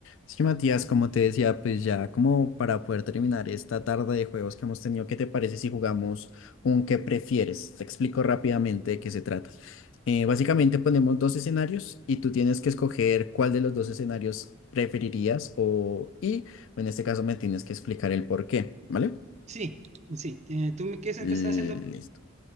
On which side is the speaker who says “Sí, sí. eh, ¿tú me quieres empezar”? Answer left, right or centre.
Right